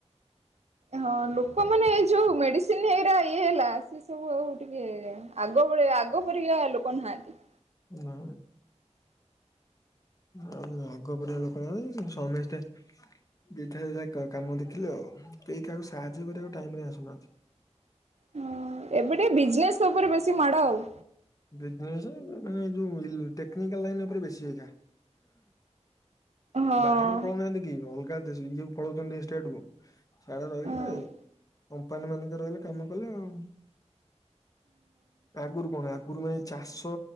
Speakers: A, on the right; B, on the left.
A: ହଁ ଲୋକ ମାନେ ଏ ଯୋଉ ମେଡ଼ିସିନ ହେଇରା ଇଏ ହେଲା ସବୁ ଆଉ ଟିକେ ଆଗ ଭଳି ଆଗ ପରିକା ଲୋକ ନାହାନ୍ତି।
B: ନା। ଆଉ ଆଗ ପରିକା ଲୋକ ନାହାଁନ୍ତି। ସମେସ୍ତେ ଯେଝା ଯେଝା କାମ ଦେଖିଲେ ଆଉ। କେହି କାହାକୁ ସାହାଯ୍ୟ କରିବାକୁ ଟାଇମ ରେ ଆସୁନାହାଁନ୍ତି।
A: ହଁ ଏବେ ଟିକେ ବିଜନେସ୍ ଉପରେ ବେଶୀ ମାଡ଼ ଆଉ।
B: ବିଜନେସ୍ ଏ ଯୋଉ ଟେକନିକାଲ ଲାଇନ୍ ଉପରେ ବେଶୀ ଏଇକା।
A: ହଁ।
B: ବାହାରକୁ ପଳଉନାହାନ୍ତି କି ଅଲଗା ଦେଶ ଇଏ କୁ ପଳଉଛନ୍ତି ଷ୍ଟେଟ କୁ। ସିଆଡ଼େ ରହିଲେ
A: ହଁ
B: କମ୍ପାନୀ ମାନଙ୍କରେ ରହିଲେ କାମ କଲେ ଆଉ। ଆଗରୁ କଣ ଆ ଆଗରୁ ମାନେ ଚାଷ